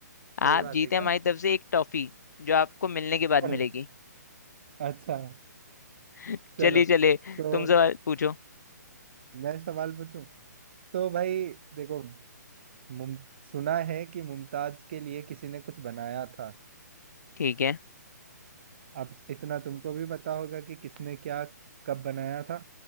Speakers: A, on the right (about 35°); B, on the left (about 65°).
A: सही
B: आप
A: बात
B: जीते
A: है क्या
B: हमारी तरफ से एक टॉफी जो आपको मिलने के बाद
A: अरे
B: मिलेगी
A: अच्छा
B: <laughs>
A: चलो
B: चलिए चलिए
A: तो
B: तुम सवाल पूछो
A: मैं सवाल पूछूं तो भाई देखो मुम सुना है कि मुमताज के लिए किसी ने कुछ बनाया था
B: ठीक है
A: अब इतना तुमको भी पता होगा कि किसने क्या कब बनाया था